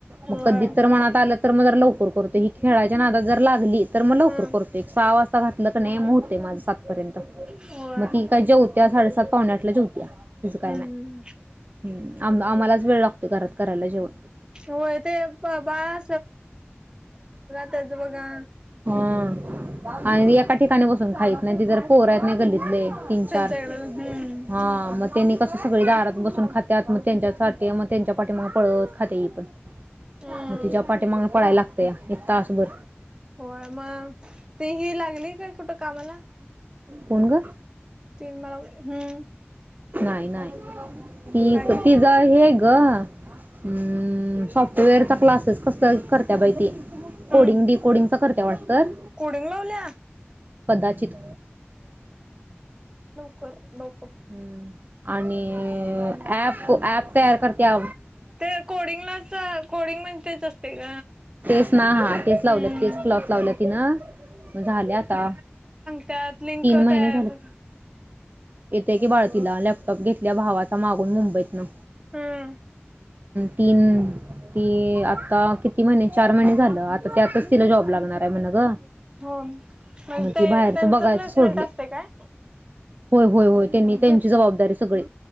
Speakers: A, on the right; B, on the right.
A: होय
B: मग कधी तर मनात आलं तर मग जरा लवकर कर खेळाच्या नादाला जर लागली तर म लवकर
A: हम्म
B: करतोय एक साडे सहा वासता घातलं कनी म होतय माझ सात पर्यंत
A: होय
B: मग ती काही जेवत्या साडेसात पावणे आठला जेवत्या तिचं काय
A: हम्म
B: नाय आम आम्हालाच वेळ लागतो घरात करायला जेवन
A: होय ते बाळ तेज बघा
B: हा आणि एका ठिकाणी बसून खाहीत नाही ती ज पोर आहेत नी गल्लीत लई तीन
A: त्यांच्याकडे
B: चार
A: हम्म
B: हा मग तेनी कस सगळी दारात बसून खात्यात मग त्यांच्यासाठी मग त्यांच्या पाठी मग पळव खातीया ही पण.
A: हम्म
B: म तिच्या पाठी मागन पळायला लागत तय एक तासबर
A: होय म ती ही लागली काय कुठं कामाला
B: कोण गं?
A: ती मला हुं
B: नाही नाही ती
A: करत
B: तिज हे ग हू सॉफ्टवेअरचा क्लासेस कस करतिया बाई ती कोडिंग
A: हम्म
B: डीकोडिंगच करतिया वाटत
A: कोडिंग लावल्या
B: कदाचित
A: कर लो
B: हुं आणि ॲप को ॲप तयार करतिया
A: ते कोडिंगला असं कोडिंग म्हणजे तेच असते ग
B: तेच ना हा तेच
A: हम्म
B: लावले तेच क्लॉथ लावले ति ना झाले आता
A: त्यात
B: तीन
A: लिंक
B: महिने
A: तयार
B: झाले येते की बाळ तीला लॅपटॉप घेतल्या भावाचा मागून मुंबईत न
A: हम्
B: तीन ती आता कि ती महिने चार महिने झालं त्यातच तिला जॉब लागणार काय म्हणू ग
A: हो
B: मग
A: ते
B: ती बाहेरच
A: त्यांचा
B: बघायच
A: प्लस
B: सोडली
A: मिन असते काय
B: होय होय होय त्यांनी त्यांची
A: ज
B: जबाबदारी सगळी